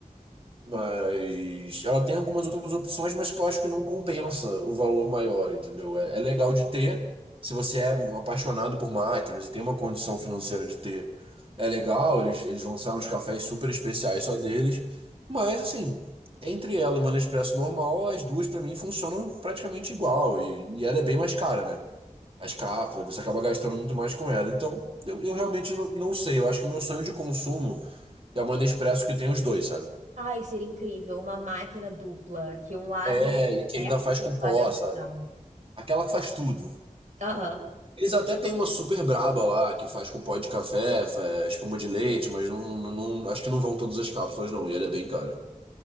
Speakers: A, on the right; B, on the right.
A: Mas ela tem algumas outras opções, mas que eu acho que não compensa o valor maior, entendeu? É, é legal de ter, se você é um apaixonado por máquinas e tem uma condição financeira de ter, é legal, eles, eles lançaram uns cafés super especiais só deles, mas assim, entre ela e uma Nespresso normal, as duas pra mim funcionam praticamente igual, e, e ela é bem mais cara, né? As cápsulas, você acaba gastando muito mais com ela. Então, eu, eu realmente não, não sei, eu acho que o meu sonho de consumo é uma Nespresso que tem os dois, sabe?
B: Ai, seria incrível uma máquina dupla, que um lado
A: É, e
B: é Verto
A: que ainda faz
B: e
A: com
B: um lado
A: pó,
B: é original.
A: sabe? Aquela que faz tudo.
B: Aham.
A: Eles até têm uma super braba lá, que faz com pó de café, fa- espuma de leite, mas não, não, não- acho que não vão todas as cápsulas, não. E ela é bem cara.